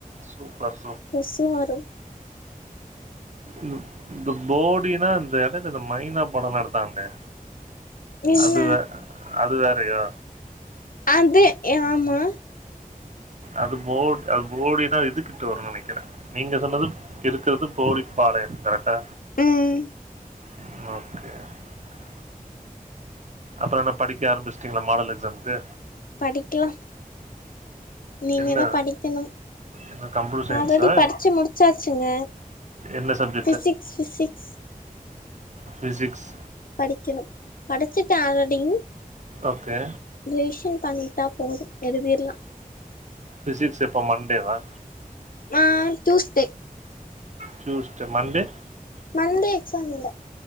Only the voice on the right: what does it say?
சூப்பர்
லுப் இந்த போடினா இந்த எடைல இந்த மைனா படம் எடுத்தாங்ளே
அது வே அது வேறயோ
அது போட் அது போடினா இதுகிட்ட வருன் நெனக்கிறே நீங்க சொன்னது இருக்கற்து போடிப்பாளையோ கரக்ட்டா
ம் ஓகே ஓகே அப்றோ என்ன படிக்க ஆரம்பிஸ்ட்டீங்ளா மாடல் எக்ஸாம்க்கு
என்ன
என்ன கம்ப்யூட்டர் சயின்ஸா
என்ன சப்ஜெக்ட்
ஃபிசிக்ஸ்
ஓகே
ஃபிசிக்ஸ் எப்ப மண்டேவா
Tuesday Monday